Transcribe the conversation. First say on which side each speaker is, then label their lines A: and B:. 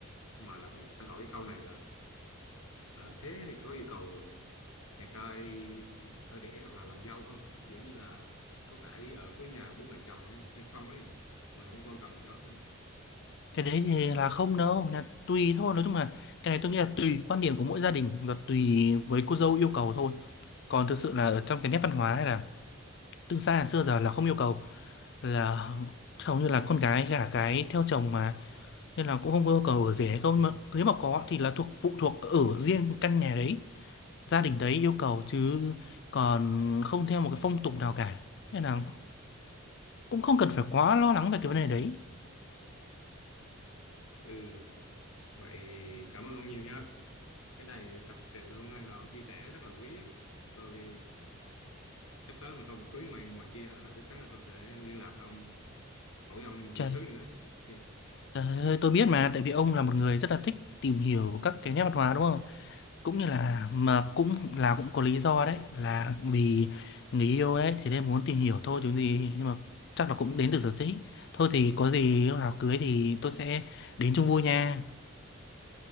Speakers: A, on the left (about 80°); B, on the left (about 50°).
A: mà đặc biệt phải hỏi cái câu này là ờ, thế thì có yêu cầu nhà trai ở rể hoặc là làm dâu không kiểu như là có phải ở với nhà bố mẹ chồng hay hay không ấy mà không có quan trọng gì đó không
B: cái đấy thì là không đâu là tùy thôi nói chung là cái này tôi nghĩ là tùy quan điểm của mỗi gia đình và tùy với cô dâu yêu cầu thôi còn thực sự là ở trong cái nét văn hóa hay là từ xa xưa giờ là không yêu cầu là hầu như là con gái gả cái theo chồng mà nên là cũng không có yêu cầu ở rể hay không Nhưng mà nếu mà có thì là thuộc phụ thuộc ở riêng căn nhà đấy gia đình đấy yêu cầu chứ còn không theo một cái phong tục nào cả nên là cũng không cần phải quá lo lắng về cái vấn đề đấy
A: ừ vậy cảm ơn ông nhiều nha cái này thật sự là hôm nay là ông chia sẻ rất là quý ấy tôi sắp tới mà tôi mà cưới ngoài ngoài kia á là chắc chắn là tôi sẽ liên lạc ông hỏi ông
B: Trời
A: nhiều thứ nữa ok
B: Trời ơi, tôi biết mà, tại vì ông là một người rất là thích tìm hiểu các cái nét văn hóa đúng không? Cũng như là mà cũng là cũng có lý do đấy, là vì người yêu đấy thì nên muốn tìm hiểu thôi chứ gì, nhưng mà chắc là cũng đến từ sở thích. Thôi thì có gì lúc nào cưới thì tôi sẽ đến chung vui nha.